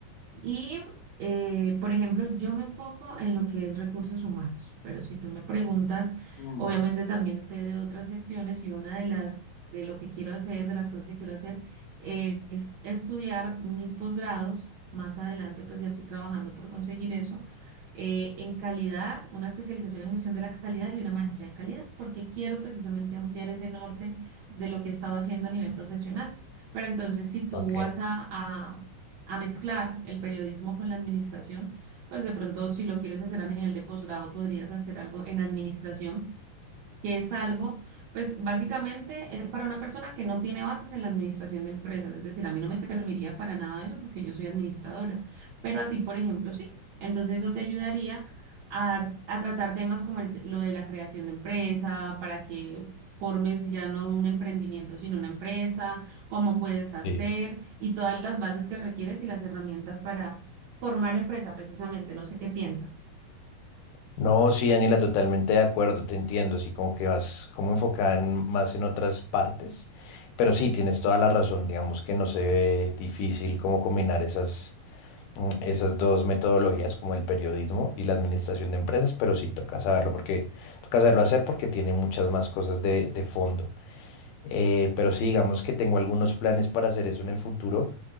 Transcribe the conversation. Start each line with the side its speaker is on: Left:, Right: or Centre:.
Right: Y, eh, por ejemplo, yo me enfoco en lo que es recursos humanos, pero si tú me preguntas,
Left: Mm,
Right: obviamente también sé de otras gestiones y una de las, de lo que quiero hacer, de las cosas que quiero hacer, es estudiar mis posgrados. Más adelante, pues ya estoy trabajando por conseguir eso. eh, en calidad, una especialización en gestión de la calidad y una maestría en calidad, porque quiero precisamente ampliar ese norte de lo que he estado haciendo a nivel profesional. Pero entonces, si tú
Left: ok.
Right: vas a, a a mezclar el periodismo con la administración, pues de pronto si lo quieres hacer a nivel de posgrado, podrías hacer algo en administración que es algo, pues básicamente es para una persona que no tiene bases en la administración de empresas, es decir, a mí no me serviría para nada eso porque yo soy administradora, pero a ti, por ejemplo, sí. Entonces eso te ayudaría a, a tratar temas como el te- lo de la creación de empresa, para que formes ya no un emprendimiento, sino una empresa, cómo puedes hacer
Left: Sí.
Right: y todas las bases que requieres y las herramientas para formar empresa precisamente. No sé qué piensas.
Left: No, sí, Daniela, totalmente de acuerdo, te entiendo, así como que vas como enfocada en- más en otras partes, pero sí, tienes toda la razón, digamos que no se ve difícil como combinar esas, mm, esas dos metodologías, como el periodismo y la administración de empresas, pero sí, toca saberlo porque, toca saberlo hacer porque tiene muchas más cosas de, de fondo. Eh, pero sí, digamos que tengo algunos planes para hacer eso en el futuro.